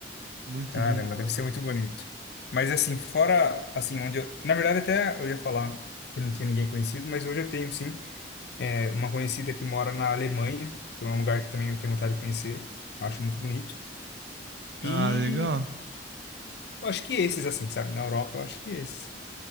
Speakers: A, on the right (about 65°); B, on the left (about 60°).
A: Muito
B: Caramba,
A: lindo, mano.
B: deve ser muito bonito. Mas, assim, fora, assim, onde eu... Na verdade, até eu ia falar que não tinha ninguém conhecido, mas hoje eu tenho, sim, é, uma conhecida que mora na Alemanha. Então, é um lugar que também eu tenho vontade de conhecer. Acho muito bonito.
A: Ah,
B: E
A: legal.
B: eu acho que esses, assim, sabe? Na Europa, eu acho que esses.